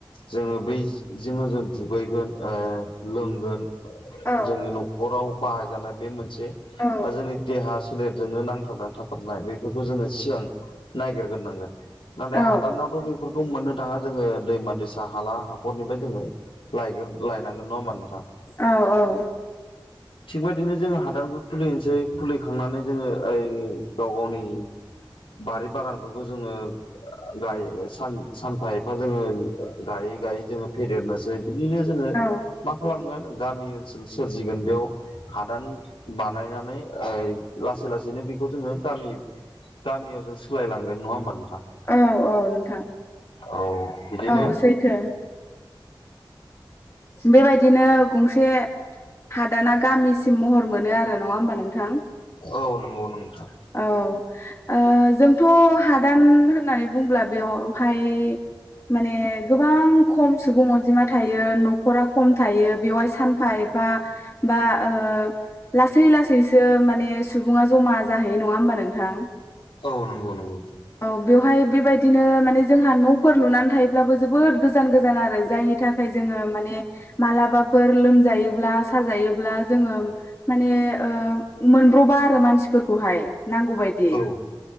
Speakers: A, on the left; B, on the left.
A: जोङो बैजोंनो जों दुगैगोन ओ लोंगोन
B: औ
A: जोंनि न'खराव बाहायजानाय बे मोन से
B: औ
A: बा जोंनि देहा सोलेरजोंनो नांथाबनानै थाथारनाय बेफोरखौ जोङो सिगां नायागिरग्रोनांगोन नाथाय
B: औ
A: हादाननावथ' बेफोरखौ मोननो थाङा जोङो दैमा दैसा हाला हाखरनिफ्राय जोङो लायनांगोन नङा होमबा नोंथां
B: औ औ
A: थिगबायदिनो जोङो हादानखौ खुलिनोसै खुलिखांनानै जोङो ओइ गाव गावनि बारि बागानफोरखौ जोङो गाय सानफा एफा जोङो गायै गायै जोङो फेदेरनोसै बिदिनो जोङो
B: औ
A: मा खालामगोन गामि ओनसोल सोरजिगोन बेयाव हादान बानायनानै लासै लासैनो बेखौ जोङो गामि गामियाव जों सोलाय लांगोन नङा होमबा नोंथां।
B: औ औ नोंथां
A: औ बिदिनो
B: औ सैथो बेबायदिनो गंसे हादाना गामिसिम महर मोनो आरो नङा होमबा नोंथां
A: औ नंगौ नोंथां
B: औ ओ जोंथ' हादान होननानै बुंब्ला बेयावहाय माने गोबां खम सुबुं अनजिमा थायो न' नखरा खम थायो बेवहाय सानफा एफा बा ओ लासै लासैसो माने सुबुङा ज'मा जाहैयो नङा होमबा नोंथां
A: औ नंगौ नंगौ
B: औ बेवहाय बेबायदिनो माने जोंहा न'फोर लुनानै थायोब्लाबो जोबोद गोजान गोजान आरो जायनि थाखाय जोङो माने मालाबाफोर लोमजायोब्ला साजायोब्ला जोङो माने माने ओ मोनब्रबा आरो मानसिफोरखौहाय नांगौ बादि
A: औ